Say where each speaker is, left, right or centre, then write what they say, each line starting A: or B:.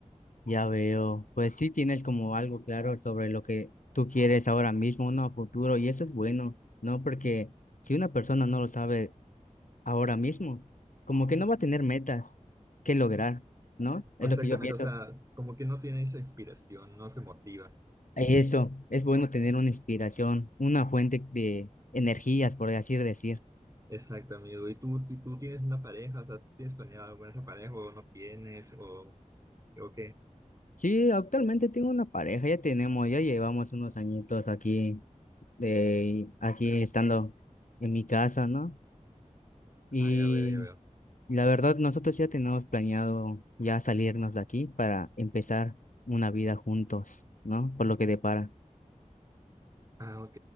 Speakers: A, on the left; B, on the right.
A: Ya veo, pues sí tienes como algo claro sobre lo que tú quieres ahora mismo, ¿no? A futuro, y eso es bueno, ¿no? Porque si una persona no lo sabe ahora mismo, como que no va a tener metas que lograr, ¿no? Es
B: Exactamente,
A: lo que yo pienso.
B: o sea, como que no tiene esa inspiración, no se motiva.
A: Eso, es bueno tener una inspiración, una fuente de energías, por así decir.
B: Exacto, amigo. ¿Y tú, ti- tú tienes una pareja? O sea, ¿tienes planeado algo con esa pareja o no tienes? ¿O, o qué?
A: Sí, actualmente tengo una pareja, ya tenemos, ya llevamos unos añitos aquí, de, aquí estando en mi casa, ¿no? Y
B: Ah, ya veo, ya veo.
A: la verdad, nosotros ya tenemos planeado ya salirnos de aquí para empezar una vida juntos, ¿no? Por lo que depara.
B: Ah, ok.